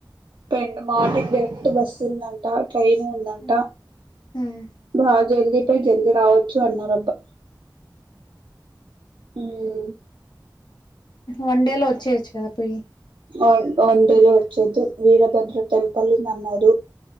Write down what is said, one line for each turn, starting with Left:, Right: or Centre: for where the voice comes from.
Right: పెన్ మాటకి డైరెక్ట్ బస్సు ఉందంట ట్రైన్ ఉందంట
Left: హ్మ్, హ్మ్,
Right: బా జల్దీ పోయ్ జల్దీ రావచ్చు అన్నారబ్బా మ్
Left: వన్ డే లో వచ్చేయచ్చు కదా పోయి
Right: వ వన్ డేలో వచ్చేతే వీరభద్ర టెంపుల్ ఉంది అన్నారు